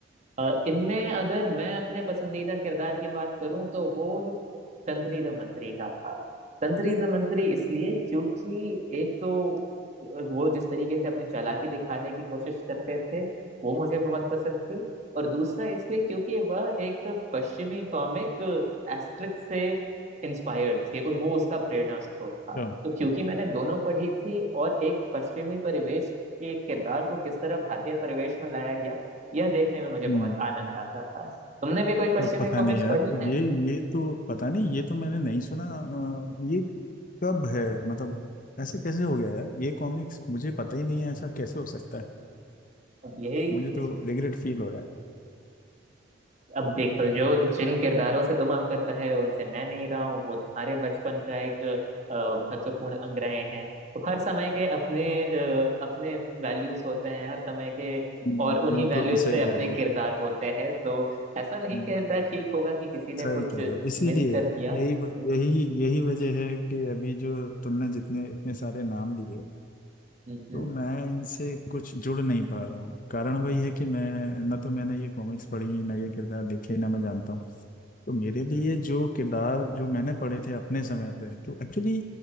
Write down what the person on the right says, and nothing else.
अ, इनमें अगर मैं अपने पसंदीदा किरदार की बात करूं तो वो तंत्री द मंत्री का था तंत्री द मंत्री इसलिए क्योंकि एक तो वो जिस तरीके से अपनी चालाकी दिखाने की कोशिश करते थे वो मुझे बहुत पसंद थी और दूसरा इसलिए क्योंकि वह एक पश्चिमी कॉमिक एस्ट्रिक से इंस्पायर्ड थे और वो उसका प्रेरणा स्रोत था
तो क्योंकि मैंने दोनों पढ़ी थी और एक पश्चिमी परिवेश के किरदार को किस तरह भारतीय परिवेश में लाया गया यह देखने में मुझे
बहुत आनंद आता था तुमने भी कोई पश्चिमी
कॉमिक्स
पढ़ी है
अब यही
इस
अब देखो जो जिन किरदारों से तुम अवगत रहे हो उनसे मैं नहीं रहा हूँ वो तुम्हारे बचपन का एक अ, महत्वपूर्ण अंग रहे हैं तो हर समय के अपने अ, अपने वैल्यूज होते हैं हर समय के
और उन्हीं
वैल्यूज
से अपने
किरदार
होते हैं तो ऐसा नहीं
कहना ठीक होगा कि किसी ने
कुछ
मिस
कर दिया
हम्म हम्म,